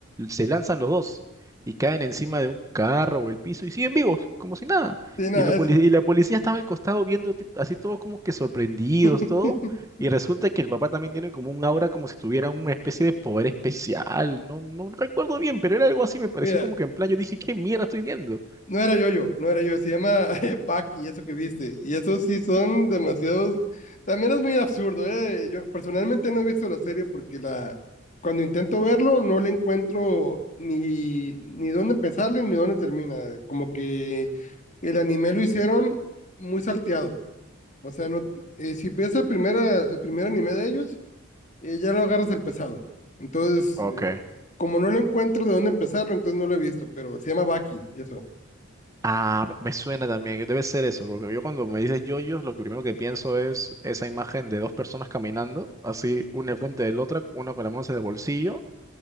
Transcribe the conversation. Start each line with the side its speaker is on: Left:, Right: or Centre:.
Right: se lanzan los dos y caen encima de un carro o el piso y siguen vivos, como si nada.
Left: Sí, nada,
Right: Y la policía,
Left: es-
Right: y la policía estaba al costado viendo t- así todos como que sorprendidos,
Left: <laughs>
Right: todo. Y resulta que el papá también tiene como un aura como si tuviera una especie de poder especial. No, no recuerdo bien, pero era algo así, me pareció
Left: mira,
Right: como que en plan yo dije, ¿qué mierda estoy viendo?
Left: No era yo no era yo, se llama <laughs> Paki, eso que viste. Y esos sí son demasiados. También es muy absurdo, ¿eh? Yo personalmente no he visto la serie porque la... cuando intento verlo no le encuentro ni, ni dónde empezarle ni dónde termina. Como que el anime lo hicieron muy salteado. O sea, no... eh, si ves el primer, el primer anime de ellos, eh, ya lo agarras empezado. Entonces,
Right: Ok.
Left: eh, como no le encuentro de dónde empezarlo, entonces no lo he visto, pero se llama Baki, eso.
Right: Ah, me suena también, debe ser eso, porque yo cuando me dices yoyos, lo que primero que pienso es esa imagen de dos personas caminando, así una enfrente de la otra, una con las manos en el bolsillo,